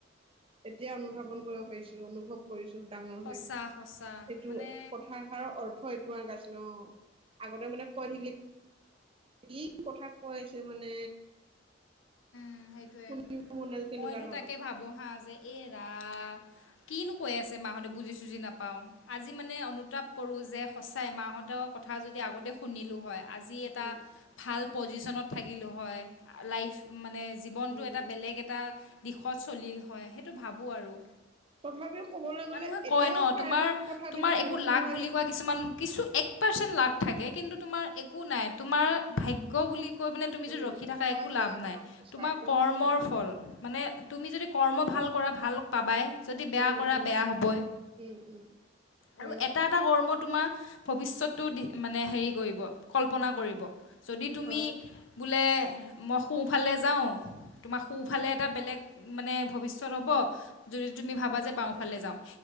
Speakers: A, on the right (about 30°); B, on the left (about 85°).
A: এতিয়া অনুধাৱন কৰিব পাৰিছো, অনুভৱ কৰিছো। ডাঙৰ
B: সঁচা
A: হৈ
B: সঁচা
A: এইটো
B: মানে
A: কথাষাৰৰ অৰ্থ এইটো আগ আছিল অ' আগতে মানে কৈ থাকিলে কি কথা কৈছে মানে?
B: উম, সেইটোয়ে
A: শুনিব মন নাযায় তেনেকুৱা
B: মইতো
A: ধৰণৰ
B: তাকে ভাবো হা যে এই ৰা কিনো কৈ আছে মাহঁতে বুজি চুজি নাপাও আজি মানে অনুতাপ কৰো যে সঁচাই মাহঁতক কথা যদি আগতে শুনিলো হয়। আজি এটা
A: উম,
B: ভাল পজিশ্বনত থাকিলোঁ হয় লাইফ মানে জীৱনটো
A: উম,
B: এটা বেলেগ এটা দিশত চলিল হয় সেইটো ভাবোঁ আৰু
A: তথাপিও ক'বলৈ গ'লে
B: মানুহে
A: এতিয়াও
B: কয় ন'
A: প্ৰায়ভাগ
B: তোমাৰ
A: কথা
B: তোমাৰ
A: তেনেকুৱা
B: একো
A: নুশুনোৱে
B: লাক বুলি
A: যে
B: কোৱা কিছুমান কিছু এক পাৰচেন লাক থাকে। কিন্তু তোমাৰ একো নাই তোমাৰ ভাগ্য বুলি কৈ পিনে তুমি
A: উম,
B: যদি
A: উম,
B: ৰখি থাকা
A: হয়,
B: একো
A: হয়,
B: লাভ
A: একদম
B: নাই।
A: সঁচা,
B: তোমাৰ
A: একদম
B: কৰ্মৰ
A: সঁচা।
B: ফল, মানে তুমি যদি কৰ্ম ভাল কৰা ভাল পাবাই। যদি বেয়া
A: উম,
B: কৰা
A: উম,
B: বেয়া হ'বৈ,
A: উম, উম,
B: আৰু
A: হয়,
B: এটা
A: হয়,
B: এটা কৰ্ম তোমাৰ ভৱিষ্যতটো দি মানে হেৰি কৰিব কল্পনা কৰিব। যদি তুমি
A: হয়,
B: বোলে মই সোঁফালে যাওঁ তোমাৰ সোঁফালে এটা বেলেগ মানে ভৱিষ্যত হ'ব যদি তুমি ভাবা যে বাওঁফালে যাওঁ।